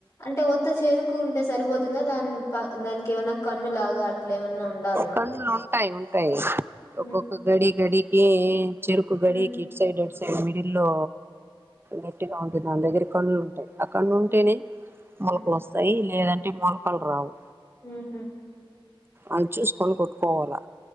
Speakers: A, on the left; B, on the right.
A: అంటే ఉత్త చెరుకు ఉంటే సరిపోతుందా దాని దానికేమన్నా కన్ను లాగా అట్లా ఏమన్నా ఉండాలనా
B: కండ్లు ఉంటాయి ఉంటాయి
A: ఉమ్
B: ఒక్కొక్క గడి గడికి చెరుకు గడికి
A: ఉమ్
B: ఇటు సైడ్ అటు సైడ్ మిడిల్ లో గట్టిగ ఉంటుంది దని దగ్గర కన్ను లంటాయి ఆ కన్ను ఉంటేనే
A: ఉమ్
B: మొలకలోస్తాయి
A: ఉమ్
B: లేదంటే మొలకలు రావు
A: మ్ హు
B: అవి చూసుకొని కొట్టుకోవాలా